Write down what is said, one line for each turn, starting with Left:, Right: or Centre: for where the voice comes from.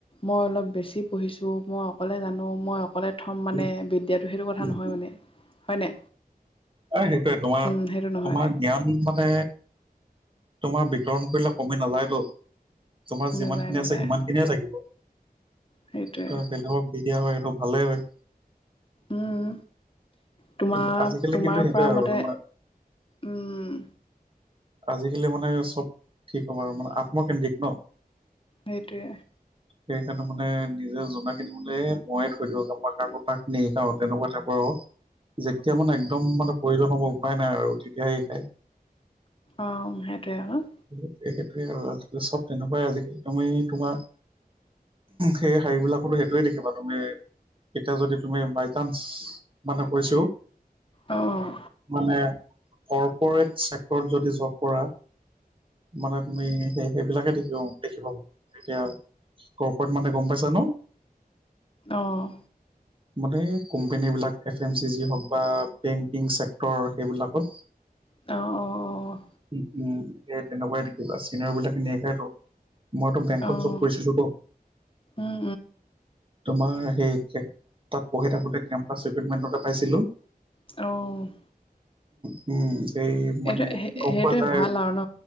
Left: মই অলপ বেছি পঢ়িছো, মই অকলে জানো, মই অকলে প্ৰথম মানে
Right: উম
Left: বিদ্যাটো সেইটো কথা
Right: উম
Left: নহয় মানে, হয়নে?
Right: আৰু সেইটোৱে তোমাৰ
Left: উম সেইটো নহয়
Right: তোমাৰ জ্ঞান মানে তোমাৰ বিতৰণ কৰিলে কমি নাযায়তো, তোমাৰ যিমান
Left: নাযায়
Right: খিনি
Left: নাযায়
Right: আছে সিমান এনেই থাকিব
Left: সেইটোৱে
Right: ত বেলেগক বি দিয়া হয় সেইটো ভালেই হয়।
Left: উম তোমাৰ
Right: কিন্তু আজিকালি
Left: তোমাৰ
Right: কিন্তু সেইটোয়ে
Left: পৰা
Right: আৰু
Left: মতে
Right: তোমাৰ
Left: ওম
Right: আজিকালি মানে চব ঠিক হ'ব আৰু মানে আত্মকেন্দ্ৰিক ন?
Left: সেইটোৱে।
Right: সেইকাৰণে মানে নিজে জনা খিনি মানে ময়ে থৈ দিও, কাৰোব কাকো তাক নিসিকাও তেনেকুৱা টাইপৰ আৰু। যেতিয়া মানে একদম মানে প্ৰয়োজন হ'ব উপায় নাই আৰু তেতিয়া সে সিকাই।
Left: অ, সেইটয়ে আৰু।
Right: সেইোৱে-সেইটোৱে আৰু আজিকালি চব তেনেকুৱাই আজিকালি তুমি তোমাৰ সেই শাৰি বিলাকতো সেইটোৱে দেখিবা তুমি এতিয়া যদি তুমি বাইচান্স মানে কৈছো
Left: অঁ
Right: মানে কৰ্পৰেট ছেক্টৰত যদি জব কৰা। মানে তুমি সেই সেইবিলাকে দেখিব দেখিব প এতিয়া ক'পৰত মানে গম পাইছা ন?
Left: অ',
Right: মানে কোম্পেনী বিলাক এফ এম চি যি হওক বা বেংকিং চেক্টৰ সেইবিলাকত
Left: অ', অ', অ',
Right: উম - উম সেই তেনেকুৱাই কিবা চিনে বিলাক তেনেকাই'ত। মইতটো বেংকত
Left: অঁ
Right: জব কৰিছিলো তো
Left: অঁ
Right: তোমাৰ সেই তাত পঢ়ি থাকোতে কেম্পাছ ৰিক্ৰুইটমেণ্ট এটা পাইছিলো।
Left: অ',
Right: উম-উম সেই মানে
Left: এইটো
Right: গমপা
Left: সেইটোৱে
Right: যায
Left: ভাল
Right: আৰু।
Left: ন